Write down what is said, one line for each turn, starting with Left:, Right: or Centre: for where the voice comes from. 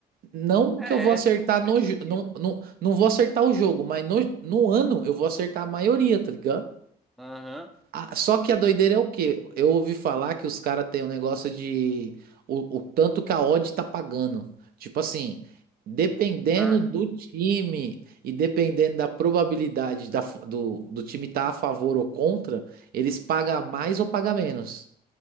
Right: não
Centre: É,
Right: que eu vou acertar
Centre: é,
Right: no,
Centre: faz
Right: jo-
Centre: sentido.
Right: não, não, não vou acertar o jogo, mas no, no ano eu vou acertar a maioria, tá ligado?
Centre: Aham.
Right: Ah, só que a doideira é o quê? Eu ouvi falar que os caras têm um negócio de o, o tanto que a odd tá pagando. Tipo assim, dependendo
Centre: Ah,
Right: do time e dependendo da probabilidade da, f- do, do time estar tá a favor ou contra, eles pagam mais ou pagam menos.